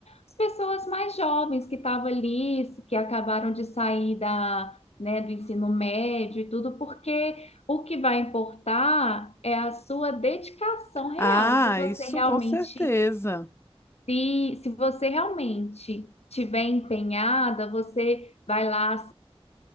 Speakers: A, on the left; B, on the left.
A: as pessoas mais jovens que estavam ali, que acabaram de sair da, né, do ensino médio e tudo, porque o que vai importar é a sua dedicação real.
B: Ah,
A: Se você
B: isso
A: realmente,
B: com certeza.
A: se, se você realmente tiver empenhada, você vai lá,